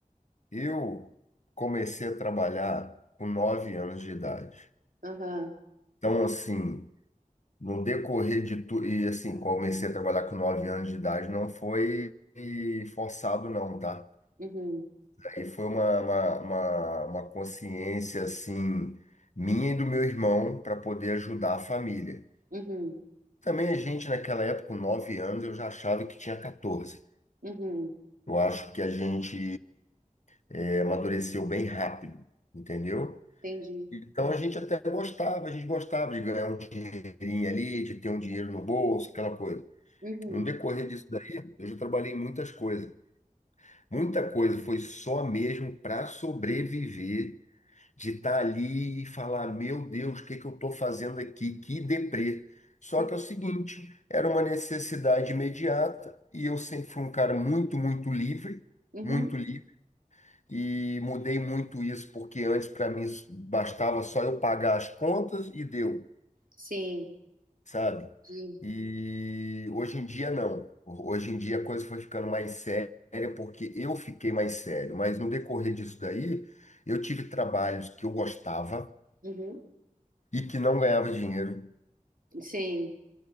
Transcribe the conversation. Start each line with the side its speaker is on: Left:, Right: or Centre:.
Left: eu comecei a trabalhar com nove anos de idade.
Right: Aham.
Left: Então, assim, no decorrer de tudo, e assim, comecei a trabalhar com nove anos de idade, não foi forçado não, tá?
Right: Uhum.
Left: Aí foi uma, uma, uma, uma consciência assim minha e do meu irmão para poder ajudar a família.
Right: Uhum.
Left: Também a gente naquela época, com 9 anos, eu já achava que tinha 14.
Right: Uhum.
Left: Eu acho que a gente eh, amadureceu bem rápido, entendeu?
Right: Entendi.
Left: Então a gente até gostava, a gente gostava de ganhar um dinheirinho ali, de ter um dinheiro no bolso, aquela coisa.
Right: Uhum.
Left: No decorrer disso daí, eu já trabalhei em muitas coisas. Muita coisa foi só mesmo para sobreviver de estar ali e falar, meu Deus, o que que eu estou fazendo aqui? Que deprê.
Right: Sim.
Left: Só que é o seguinte, era uma necessidade imediata e eu sempre fui um cara muito, muito livre,
Right: Uhum.
Left: muito livre. E mudei muito isso, porque antes para mim bastava só eu pagar as contas e deu,
Right: Sim.
Left: sabe?
Right: Entendi.
Left: E hoje em dia não. Hoje em dia a coisa foi ficando mais séria, porque eu fiquei mais sério. Mas no decorrer disso daí, eu tive trabalhos que eu gostava,
Right: Uhum.
Left: e que não ganhava dinheiro.
Right: Sim.